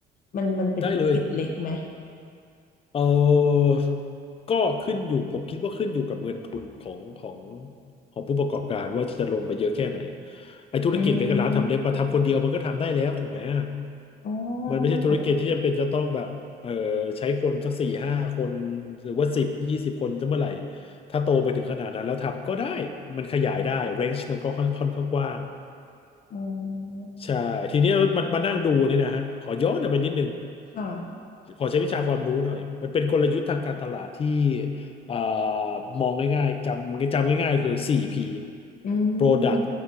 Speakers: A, on the left (about 50°); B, on the left (about 30°).
A: มันมันเป็นธุรกิจเล็กไหม
B: ได้เลยเออก็ขึ้นอยู่ผมคิดว่าขึ้นอยู่กับเงินทุนของของของผู้ประกอบการว่าจะลงไปเยอะแค่ไหนไอ้ธุรกิจเล็กกับร้านทำเล็บมาทำคนเดียวมันก็ทำได้แล้วถูกไหมอะ
A: อืมอ๋อ
B: มันไม่ใช่ธุรกิจที่จำเป็นจะต้องแบบเออใช้คนสักสี่ห้าคนหรือว่าสิบยี่สิบคนจะเมื่อไหร่ถ้าโตไปถึงขนาดนั้นแล้วทำก็ได้มันขยายได้เรนจ์มันก็ค่อนค่อนข้างกว้าง
A: อ๋อ
B: ใช่ทีนี้มันมานั่งดูนี่นะฮะขอย้อนกลับไปนิดนึง
A: ค่ะ
B: ขอใช้วิชาความรู้หน่อยมันเป็นกลยุทธ์ทางการตลาดที่เอ่อมองง่ายๆจำจำง่ายๆคือ 4P
A: อื
B: Product
A: ม